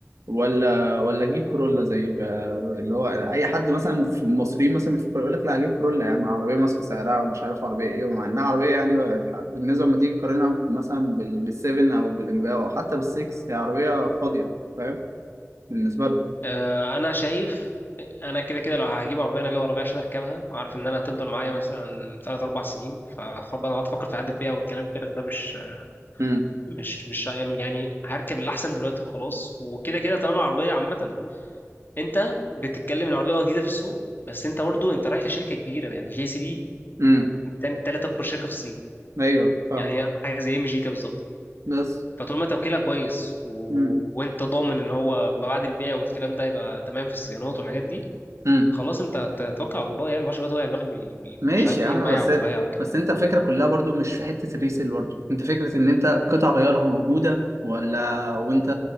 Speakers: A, on the right; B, on the left.
A: ولا ولا اجيب كورولا زي بقى اللي هو اي حد مثلا في المصريين مثلا بيفكر يقول لك لا هجيب كورولا يا عم عربيه ماسكه سعرها ومش عارف عربيه ايه ومع انها عربيه يعني بقى- بالنسبه لما تيجي تقارنها مثلا بال- بالسيفن او بالامباو او حتى بالسكس هي عربيه فاضيه فاهم بالنسبه لهم
B: آه، انا شايف انا كده كده لو هجيب عربية انا هجيب عربية عشان اركبها وعارف ان انا هتفضل معايا مثلا 3 4 سنين فحوار بقى اقعد افكر في عقد البيع والكلام الفارغ ده مش
A: امم
B: مش مش يعني هركب اللي احسن دلوقتي وخلاص وكده كده طالما العربية عامة انت بتتكلم إن العربيه جديده في السوق بس انت برضو انت رايح لشركه كبيره يعني جي سي دي
A: امم
B: تاني تالت اكبر شركه في الصين
A: ايوه فاهم
B: يعني هي حاجه زي ام جي كده بالظبط
A: بس
B: فطول ما توكيلها كويس و...
A: امم
B: وانت ضامن ان هو ما بعد البيع والكلام ده يبقى تمام في الصيانات والحاجات دي
A: امم
B: خلاص انت توكل على الله يعني ما بقى توقع دماغك بال... بال- انت
A: ماشي
B: مش عارف
A: يا
B: ايه
A: عم
B: وبايع
A: بس
B: ومش بايع والكلام
A: بس
B: ده
A: انت الفكره كلها برضو مش في حته الريسيل برضو انت فكره ان انت قطع غيارها موجوده ولا وانت